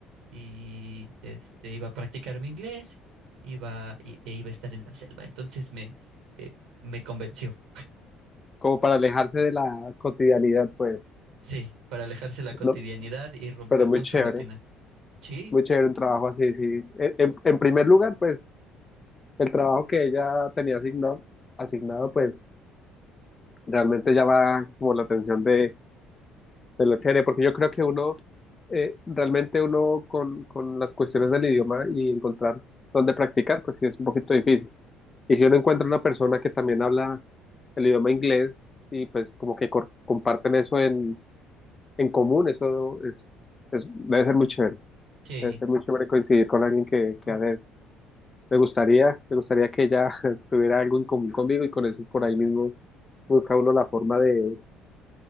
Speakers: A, on the right; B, on the left.
A: y este iba a practicar mi inglés, iba y- e iba a estar en la selva. Entonces me eh, me convenció.
B: como para alejarse de la cotidianidad, pues,
A: Sí, para alejarse de la cotidianidad
B: ¿no?
A: y romper
B: Pero muy
A: con
B: chévere,
A: su rutina. Sí,
B: muy chévere un trabajo así, sí. En, en en primer lugar, pues, El trabajo que ella tenía asignado, asignado pues realmente llama como la atención de, de lo chévere, porque yo creo que uno, eh, realmente uno con, con las cuestiones del idioma y encontrar dónde practicar, pues sí es un poquito difícil. Y si uno encuentra una persona que también habla el idioma inglés y pues como que cor- comparten eso en, en común, eso es, es- debe ser muy chévere,
A: sí,
B: debe ser muy chévere coincidir con alguien que, que hace eso. Me gustaría, me gustaría que ella <laughs> tuviera algo en común conmigo y con eso por ahí mismo busca uno la forma de,